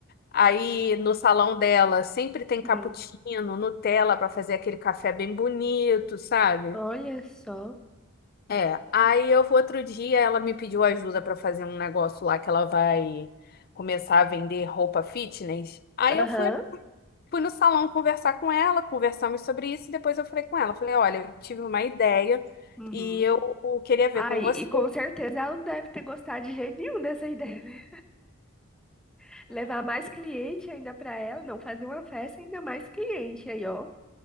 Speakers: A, on the left; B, in the centre.
A: Aí no salão dela sempre tem
B: Sim.
A: cappuccino, Nutella para fazer aquele café bem bonito, sabe?
B: Olha só.
A: É, aí eu outro dia ela me pediu ajuda pra fazer um negócio lá que ela vai começar a vender roupa fitness. Aí
B: Aham.
A: eu fui, fui no salão conversar com ela, conversamos sobre isso e depois eu falei com ela, falei, olha, eu tive uma ideia
B: Uhum.
A: e eu queria ver
B: Aí,
A: com você.
B: e com certeza ela não deve ter gostado de jeito nenhum dessa ideia, né? <laughs> Levar mais cliente ainda pra ela, não fazer uma festa ainda mais cliente aí, ó.